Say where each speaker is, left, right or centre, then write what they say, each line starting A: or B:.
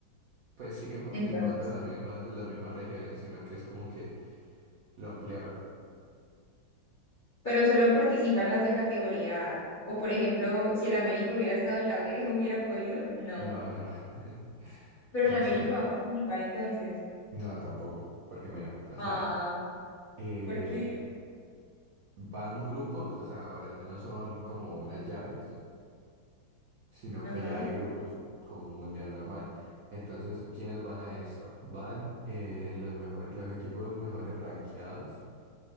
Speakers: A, on the right; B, on the left.
A: pues siguen participando
B: Entonces.
A: las mismas, las mismas regiones, sino que es como que lo ampliaron.
B: pero solo participan las de categoría A. O por ejemplo, si el América hubiera estado en la B, <laughs> ¿hubiera podido? No.
A: No, no. <laughs>
B: Pero
A: No,
B: el América
A: eso,
B: va a participar entonces.
A: No, tampoco, porque mira, o
B: Ah,
A: sea, eh,
B: ¿por qué?
A: van grupos, o sea, ahora ya no son como unas llaves, sino
B: Ajá.
A: que ya hay grupos, como un mundial normal. Entonces, ¿quiénes van a esto? Van eh, los mejor- los equipos mejores rankeados